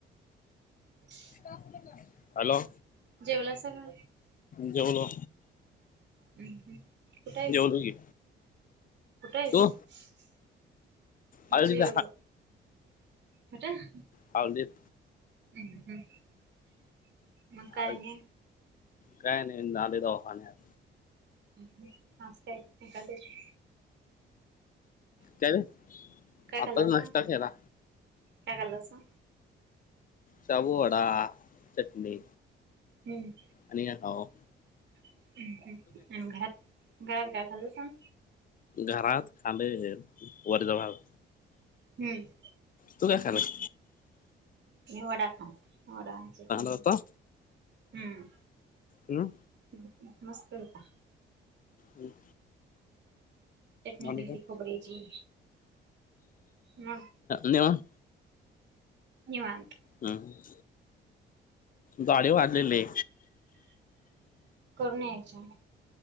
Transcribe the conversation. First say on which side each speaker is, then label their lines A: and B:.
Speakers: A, on the right (about 60°); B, on the left (about 45°).
A: <inaudible>
B: तासभर लागला. हॅलो
A: जेवलासा का
B: जेवलो
A: हम कुठ हाईस?
B: जेवलो की
A: कुठ हाईस?
B: तू हळदीत
A: जेवलो. कुठं?
B: हाळदीत
A: हम्म हम मग काय
B: हळद
A: आणि
B: काय नाही नालोय दवाखान्यात.
A: हम आज काय? एकादशी.
B: काय
A: काय खाल्लासा
B: आताच नाष्ट्या केला.
A: काय खाल्लासा?
B: शाबू वडा. चटनी
A: हम
B: आणि येताव.
A: हम हम ह्यात घरात काय खाल्लं सांग.
B: घरात खाल्लय वरीचा भात
A: हम्म
B: तु काय खालस?
A: मी वडा खाल्ला. वडा चटनी
B: होता
A: हम्म
B: हम्म
A: हम् मस्त होता.
B: हम
A: चटणी
B: आणि
A: दिलती
B: काय
A: खोबऱ्याची मग
B: निवांत
A: निवांत
B: हम्म दाढी वाढलेली
A: <inaudible>